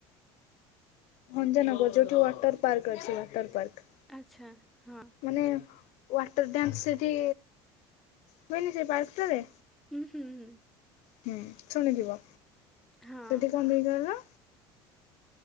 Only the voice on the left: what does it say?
ଭଞ୍ଜନଗର ଯୋଉଠି ୱାଟର ପାର୍କ ଅଛି ୱାଟର ପାର୍କ।
ମାନେ ୱାଟର ଡ୍ୟାନ୍ସ ସେଠି ହୁଏନି ସେ ପାର୍କଟାରେ?
ହୁଁ ଶୁଣିଥିବ
ସେଠି କଣ ନେଇଗଲା